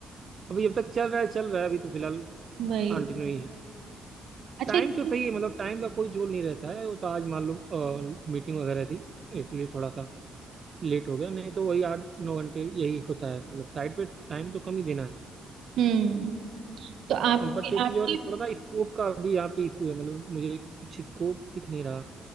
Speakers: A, on the right (about 45°); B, on the right (about 75°).
A: अभी जब तक चल रहा है चल रहा है अभी तो फिलहाल
B: वही
A: कंटिन्यू ही है
B: अच्छा
A: टाइम
B: ये-
A: तो सही है मतलब टाइम का कोई झोल नहीं रहता है वो तो आज मान लो मीटिंग वगैरह थी इसलिए थोड़ा सा लेट हो गया नहीं तो वही आठ नौ घंटे यही होता है मतलब साइड पे टाइम तो कम ही देना
B: हम्म तो आपकी
A: है बट एक
B: आपकी
A: चीज़ और है थोड़ा ना स्कोप का भी यहाँ पे इशू है मतलब मुझे कुछ स्कोप दिख नहीं रहा